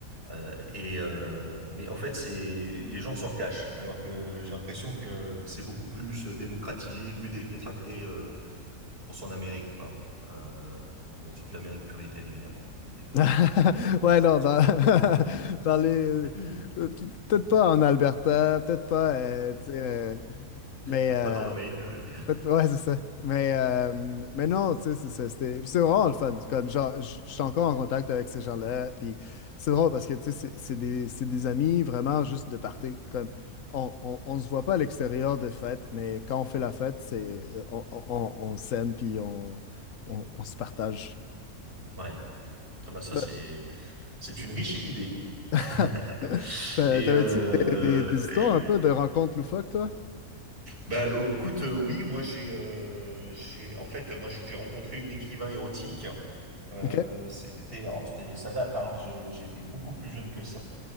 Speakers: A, on the right (about 40°); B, on the left (about 60°).
A: Euh, et euh, mais en fait, c'est les gens s'en cachent, alors que j'ai l'impression que c'est beaucoup plus euh, démocratisé, plus décontracté, euh, je pense en Amérique, quoi. Euh, bon, sauf l'Amérique puritaine, évidemment. Et voilà.
B: <laughs> Ouais, non, dans, <laughs> dans les...
A: <laughs>
B: euh, Peut-être pas en Alberta, peut-être pas, euh, tu sais, euh, mais...
A: Peut-être
B: euh,
A: pas dans le Maine, ouais.
B: Peut- Ouais, c'est ça. Mais, euh, mais non, tu sais, c'est ça. C'était, puis c'est vraiment le fun. Comme, genre, je je suis encore en contact avec ces gens-là. Puis c'est drôle parce que, tu sais, c'est c'est des, c'est des amis vraiment juste de party. Comme, on, on, on se voit pas à l'extérieur de fête, mais quand on fait la fête, c'est, euh, on, on, on- on s'aime, puis on, on, on se partage.
A: Ouais. Ah bah ça,
B: Ouais.
A: c'est c'est une riche idée. <laughs>
B: <laughs> T'a-
A: Et,
B: T'avais-tu
A: euh,
B: des, des- des histoires
A: et
B: un peu de rencontres loufoques, toi?
A: Bah, écoute, euh, oui, moi j'ai, euh, j'ai, en fait, moi j'ai rencontré une écrivain érotique. Euh,
B: OK.
A: c'était, alors c'était, ça date, hein, j'ai- j'étais beaucoup plus jeune que ça.